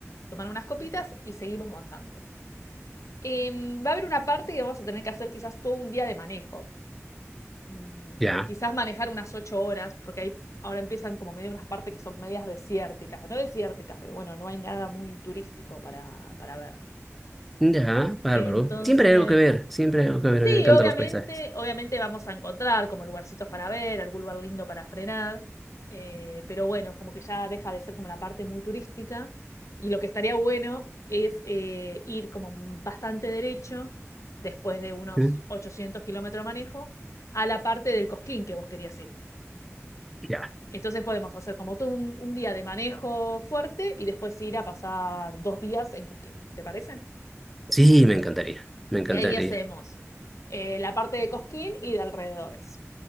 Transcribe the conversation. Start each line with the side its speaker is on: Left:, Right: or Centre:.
Left: tomar unas copitas y seguimos bajando. Em, va a haber una parte que vamos a tener que hacer quizás todo un día de manejo. Mm,
Centre: Ya.
Left: Quizás manejar unas ocho horas, porque ahí ahora empiezan como medio unas partes que son medias desérticas, no desérticas, pero bueno, no hay nada muy turístico para, para ver.
Centre: Ya, bárbaro.
Left: Entonces,
Centre: Siempre hay algo que ver, siempre hay algo que ver.
Left: Sí,
Centre: A mí me encantan
Left: obviamente,
Centre: los paisajes.
Left: obviamente vamos a encontrar como lugarcitos para ver, algún lugar lindo para frenar, eh, pero bueno, como que ya deja de ser como la parte muy turística y lo que estaría bueno es eh, ir como bastante derecho, después de unos
Centre: ¿Mm?
Left: 800 kilómetros de manejo, a la parte del Cosquín que vos querías ir.
Centre: Ya.
Left: Entonces podemos hacer como todo un, un día de manejo fuerte y después ir a pasar dos días en Cosquín, ¿te parece?
Centre: Sí, me encantaría, me encantaría.
Left: Y ahí hacemos eh, la parte de Cosquín y de alrededores.